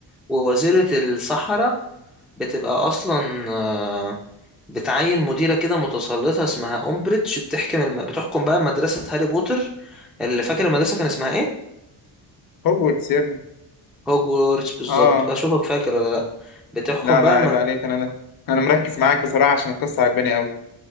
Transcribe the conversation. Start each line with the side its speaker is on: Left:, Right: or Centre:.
Centre: ووزيرة السحرة بتبقى اصلا آه، بتعين مديرة كده متسلطة اسمها أمبريدج بتحكم الم... بتحكم بقى مدرسة هاري بوتر اللي فاكر المدرسة كان اسمها ايه
Left: هوجورتس يا ابني
Centre: هوجورتس بالظبط
Left: اه
Centre: بشوفك فاكر ولا لا بتحكم
Left: لا
Centre: بقى
Left: لا عيب
Centre: لما
Left: عليك انا ده انا مركز معاك بصراحة عشان القصة عجباني قوي